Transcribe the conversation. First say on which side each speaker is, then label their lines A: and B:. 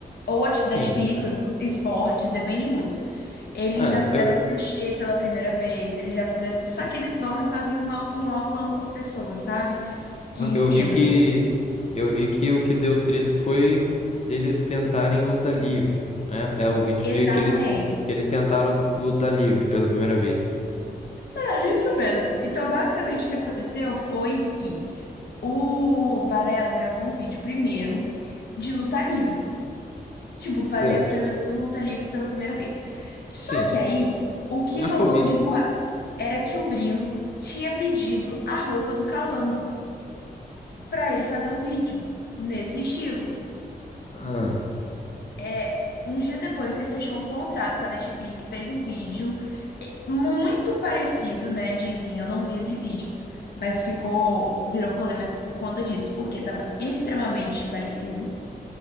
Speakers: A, on the left (about 80°); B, on the left (about 40°).
A: Ou atividade
B: sim.
A: física, esportes, depende muito. Eles
B: É,
A: já fizeram
B: eu,
A: crochê pela primeira vez, eles já fizeram. Só que eles vão e fazem uma, um aulão com a pessoa, sabe? Que ensina.
B: eu vi que, eu vi que o que deu treta foi deles tentarem luta livre, né? É o vídeo
A: Exatamente.
B: de que eles, que eles tentaram luta livre pela primeira vez.
A: É isso mesmo. Então, basicamente, o que aconteceu foi que o Balela gravou um vídeo primeiro de luta livre. Tipo, fazer
B: Certo.
A: experimentando luta livre pela primeira vez. Só
B: Sim.
A: que aí, o que
B: Eu
A: rolou
B: acho que eu vi.
A: de boato era que o Brino tinha pedido a roupa do Calango pra ele fazer um vídeo nesse estilo.
B: Ah,
A: É, uns dias depois ele fechou um contrato com a Netflix, fez um vídeo é, muito parecido, né? Dizem, eu não vi esse vídeo, mas ficou, virou polêmica por conta disso, porque tava extremamente parecido,